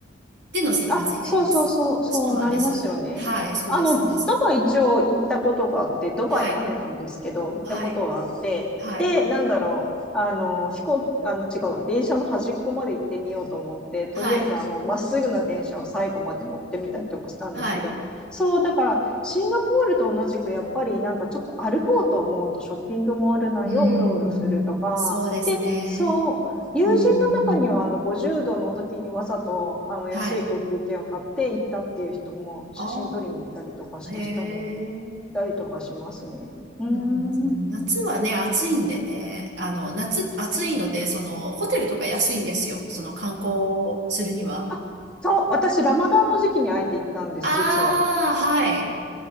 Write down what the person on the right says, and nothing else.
での生活になります。
そうなんです。はい、そうです、
そうです。
はい、
はい、はい、
はい、
はい。
うーん、そうですね。
うーん、はい。ああ、へえ。
なるほど。夏はね、暑いんでね、あの、夏、暑いので、その、ホテルとか安いんですよ。その観光するには。
ああ、
はい。